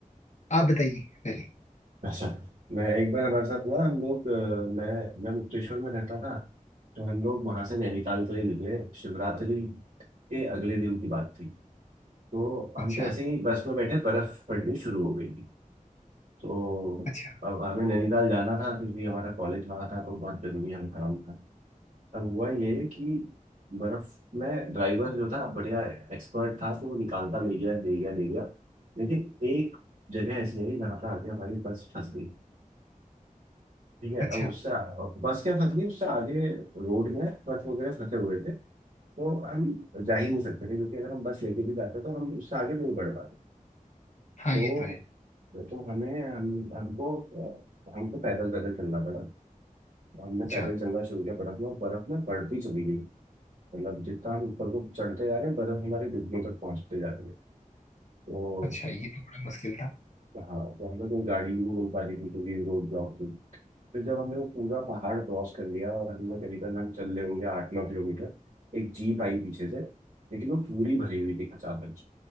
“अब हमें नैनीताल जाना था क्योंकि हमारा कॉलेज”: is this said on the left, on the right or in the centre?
Right